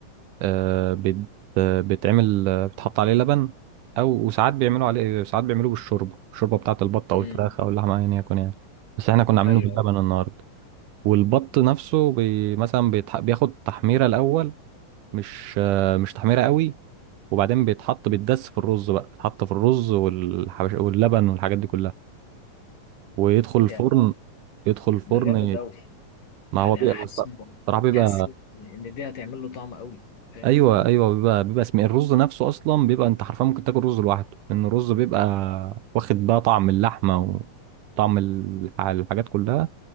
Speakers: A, on the right; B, on the left.
A: آه، بت بتعمل بتحط عليه لبن او وساعات بيعملوا عليه ساعات بيعملوه بالشوربه الشوربه بتاعه البط او
B: امم
A: الفراخ او اللحمه ايا يكن يعني بس احنا كنا عاملينه
B: ايوه
A: باللبن النهارده والبط نفسه بي مثلا بيتح... بياخد تحميره الاول مش آه، مش تحميره قوي وبعدين بيتحط بيتدس في الرز بقى بيتحط في الرز والحبش... واللبن والحاجات دي كلها ويدخل الفرن
B: يعني
A: يدخل الفرن
B: ده جامد قوي
A: ما
B: يعني
A: هو بيبقى
B: انا حاسس
A: الص-
B: إن-
A: الصراحه بيبقى
B: حاسس ان إن دي هتعمل له طعم قوي فاهم
A: ايوه ايوه بيبقى بيبقى اسم الرز نفسه اصلا بيبقى انت حرفيا ممكن تاكل رز لوحده لان الرز بيبقى واخد بقى طعم اللحمه وطعم الح- الحاجات كلها